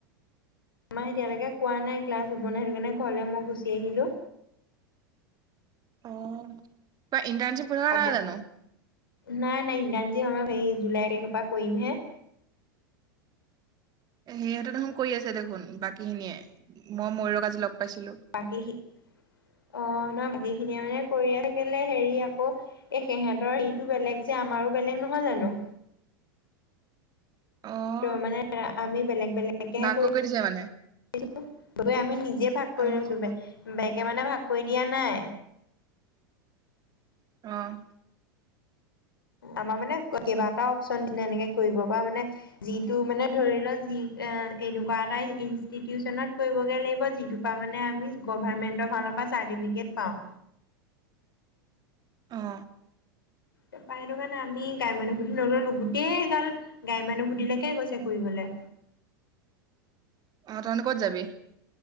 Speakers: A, on the left; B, on the right.
A: আমাৰ এতিয়ালৈকে কোৱা নাই ক্লাছ হ'ব নাই সেইটো কাৰণে ঘৰলৈ মই গুচি আহিলোঁ।
B: অ'। ইণ্টাৰ্ণচিপ কৰি থকা
A: আকৌ
B: নাই জানো।
A: নাই নাই ইন্টাৰ্ণচিপ আমাৰ সেই জুলাইৰ পা কৰিম হে।
B: সিহঁতে দেখোন কৰি আছে দেখোন বাকী খিনিয়ে মই ময়ুৰক আজি লগ পাইছিলো।
A: বাকী সি অ' ন বাকী খিনিয়ে মানে কৰি থাকিলে হেৰি আকৌ এই সিহঁতৰ হেৰিটো বেলেগ যে আমাৰো বেলেগ নহয় জানো।
B: অ'
A: ত' মানে আমি বেলেগ বেলেগেহে
B: ভাগ
A: কৰি
B: দিছে মানে।
A: লৈছো। গৈ আমি নিজে ভাগ কৰি
B: অ'
A: লৈছো বেগে মানে ভাগ কৰি দিয়া নাই।
B: অ'।
A: আমাৰ মানে কেইবাটাও অপচন দিলে এনেকে কৰিব পৰা মানে যিটো মানে ধৰি ল যি এ এনেকুৱা এটা ইনস্টিটিউটচনত কৰিবগে লাগিব যিটোৰ পা মানে আমি গভাৰমেন্টৰফালৰ পৰা চাৰ্টিফিকেট পাওঁ।
B: অ'।
A: তাৰ পা সেইটো কাৰণে আমি গাৱৰ মানুহ নললো গোটেই গাল গাই মানুহভূতিলৈকে গৈছে কৰিবলে।
B: অ' তহতেঁ ক'ত যাবি।